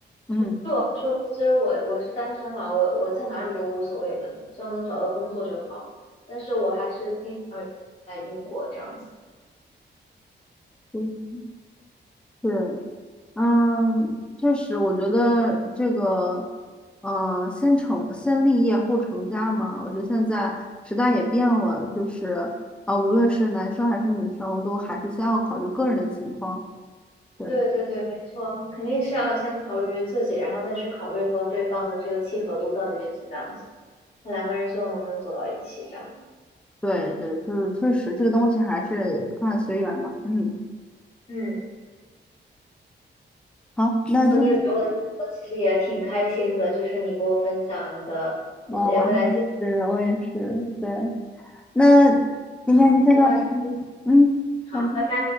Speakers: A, in the centre; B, on the left.
A: 嗯，
B: 嗯，对我来说，其实我我是单身嘛，我我在哪里都无所谓的，只要能找到工作就好。但是我还是定在英国这样子。
A: 嗯对，嗯，确实，我觉得这个，呃，先成先立业后成家嘛，我觉得现在时代也变了，就是啊、无论是男生还是女生，都还是先要考虑个人的情况。对，
B: 对对对，没错，肯定是要先考虑自己，然后再去考虑和对方的这个契合度到底是怎么样子，那两个人最后能不能走到一起这样。
A: 对，对，就是确实这个东西还是也看随缘嘛。嗯，
B: 嗯，
A: 好，那今，
B: 和你有聊了，我其实也挺开心的，就是你给我分享你的这些未来计划，
A: 哦，我是我也是，对，那今天就先到这里。
B: 就到这里，
A: 嗯，
B: 好，
A: 好的。
B: 拜拜。